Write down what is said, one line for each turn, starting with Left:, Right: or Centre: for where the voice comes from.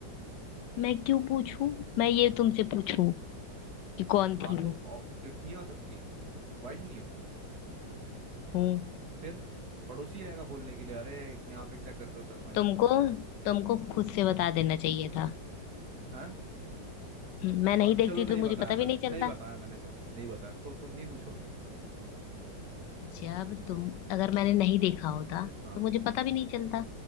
Left: मैं क्यों पूछूं मैं ये तुमसे पूछूं कि कौन
Right: हाँ
Left: थी
Right: तो
Left: वो
Right: औ- कि- नहीं आ सकती वाइफ नहीं हो
Left: हूँ
Right: फिर पड़ोसी आएगा बोलने के लिए अरे यहाँ पे क्या कर रहे हो शर्मा जी
Left: तुमको तुमको खुद से बता देना चाहिए था
Right: हाँ
Left: हम्म, मैं नहीं
Right: और
Left: देखती
Right: चलो नहीं
Left: तो मुझे
Right: बताया
Left: पता
Right: मैंने
Left: भी नहीं चलता
Right: नहीं बताया मैंने जाओ नहीं बताया तो तुम नहीं पूछोगी
Left: जब तुम अगर मैंने नहीं देखा होता
Right: हाँ
Left: तो मुझे पता भी नहीं चलता